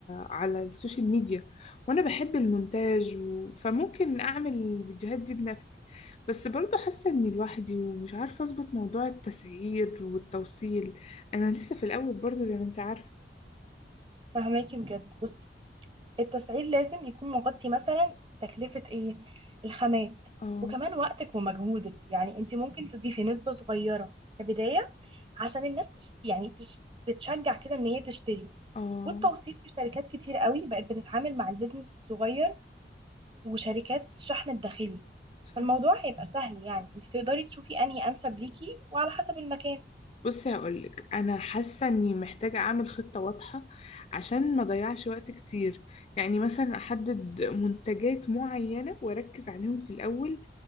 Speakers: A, on the left; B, on the right.
A: على السوشيال ميديا وانا بحب المونتاج و... فممكن اعمل الفيديوهات دي بنفسي بس برضه حاسة اني لوحدي ومش عارفة اظبط موضوع التسعير والتوصيل انا لسه في الاول برضه زي ما انت عارفة
B: فهماكي بجد بصي التسعير لازم يكون مغطي مثلا تكلفة ايه الخامات
A: اه
B: وكمان وقتك ومجهودك يعني انت ممكن تضيفي نسبة صغيرة كبداية عشان الناس تش... يعني تش... تتشجع كده ان هي تشتري
A: اه
B: والتوثيق في شركات كتير قوي بقت بتتعامل مع البيزنس الصغير وشركات الشحن الداخلي
A: صح
B: فالموضوع هيبقى سهل يعني انت تقدري تشوفي انهي انسب ليكي وعلى حسب المكان
A: بصي هقولك انا حاسه اني محتاجه اعمل خطه واضحه عشان ما اضيعش وقت كتير يعني مثلا احدد منتجات معينه واركز عليهم في الاول